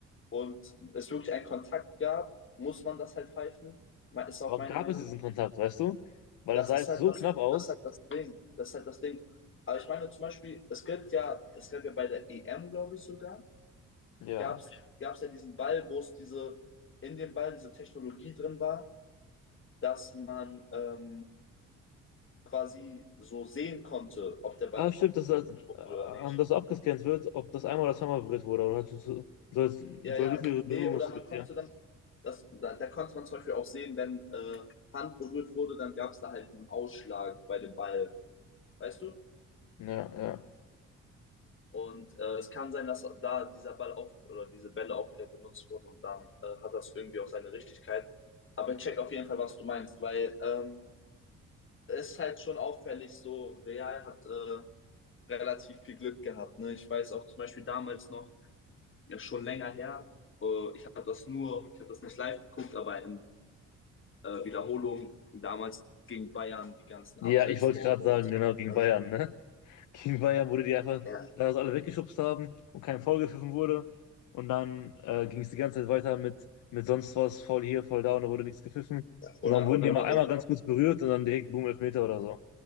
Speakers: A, on the left; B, on the left.
A: und es wirklich einen Kontakt gab, muss man das halt pfeifen. Me- Ist auch
B: Aber
A: meine
B: gab
A: Meinung.
B: es diesen Kontakt, weißt du? Weil
A: Das
B: das sah
A: ist
B: jetzt
A: halt
B: so
A: das,
B: knapp aus.
A: das ist halt das Ding. Das ist halt das Ding. Aber ich meine zum Beispiel, es gibt ja, es gab ja bei der EM, glaube ich sogar,
B: Ja.
A: gab es gab's gab's ja diesen Ball, wo es diese, in dem Ball diese Technologie drin war, dass man ähm, quasi so sehen konnte, ob der Ball
B: Ah, stimmt, dass das, äh,
A: durch wurde oder nicht.
B: das so abgescannt wird, ob das einmal oder zweimal berührt wurde. Oder hast du- soll, es-
A: Ja,
B: soll
A: ja.
B: wie viele Berührungen
A: Nee, oder
B: es
A: man
B: gibt,
A: konnte
B: ja.
A: dann, das, da, da konnte man zum Beispiel auch sehen, wenn äh, Hand berührt wurde, dann gab es da halt einen Ausschlag bei dem Ball, weißt du?
B: Ja, ja.
A: Und äh, es kann sein, dass da dieser Ball auch oder diese Bälle auch wieder benutzt wurden und dann äh, hat das irgendwie auch seine Richtigkeit. Aber ich check auf jeden Fall, was du meinst, weil ähm, es ist halt schon auffällig, so Real hat äh, relativ viel Glück gehabt. Ne? Ich weiß auch zum Beispiel damals noch, ja schon länger her, äh, ich habe das nur, ich habe das nicht live geguckt, aber in äh, Wiederholung damals gegen Bayern, die ganzen
B: Ja,
A: Abseitstore
B: ich wollte gerade sagen,
A: und so.
B: genau, gegen
A: Ne?
B: Bayern, ne? <laughs> Gegen Bayern wurde die einfach,
A: Ja.
B: da das alle weggeschubst haben und kein Foul gepfiffen wurde. Und dann äh, ging es die ganze Zeit weiter mit, mit sonst was, Foul hier, Foul da und da wurde nichts gepfiffen. Und
A: Oder,
B: dann wurden
A: oder
B: die mal einmal
A: auch,
B: ganz kurz berührt und dann direkt Boom, Elfmeter oder so.